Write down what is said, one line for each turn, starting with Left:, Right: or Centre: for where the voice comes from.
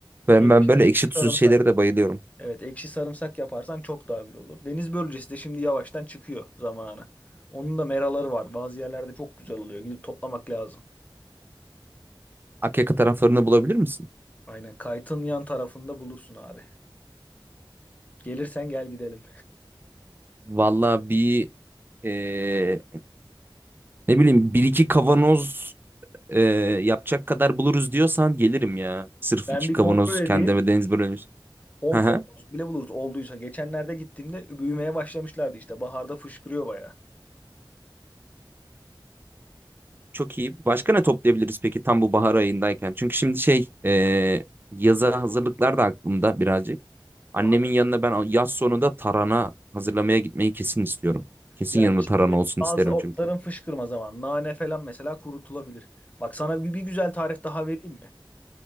Right: ben,
Left: ekşi,
Right: ben böyle
Left: ekşi
Right: ekşi
Left: sarımsak.
Right: tuzlu şeylere de bayılıyorum.
Left: Evet ekşi sarımsak yaparsan çok daha güzel olur. Deniz börülcesi de şimdi yavaştan çıkıyor zamanı. Onun da meraları var. Bazı yerlerde çok güzel oluyor. Gidip toplamak lazım.
Right: Akyaka taraflarını bulabilir misin?
Left: Aynen kaytın yan tarafında bulursun abi. Gelirsen gel gidelim.
Right: Vallahi bir eee, ne bileyim bir iki kavanoz eee, yapacak kadar buluruz diyorsan gelirim ya. Sırf
Left: Ben
Right: iki
Left: bir
Right: kavanoz
Left: kontrol edeyim.
Right: kendime deniz börülmüş.
Left: 10
Right: Hı hı.
Left: kavanoz bile buluruz olduysa. Geçenlerde gittiğimde büyümeye başlamışlardı işte. Baharda fışkırıyor bayağı.
Right: Çok iyi. Başka ne toplayabiliriz peki tam bu bahar ayındayken? Çünkü şimdi şey eee, yaza hazırlıklar da aklımda birazcık. Annemin
Left: Bahar.
Right: yanına ben yaz sonunda tarhana hazırlamaya gitmeyi kesin istiyorum. Kesin
Left: Yani
Right: yanımda
Left: şimdi
Right: tarhana olsun
Left: bazı
Right: isterim
Left: otların
Right: çünkü.
Left: fışkırma zamanı. Nane falan mesela kurutulabilir. Bak sana bir bir güzel tarif daha vereyim mi?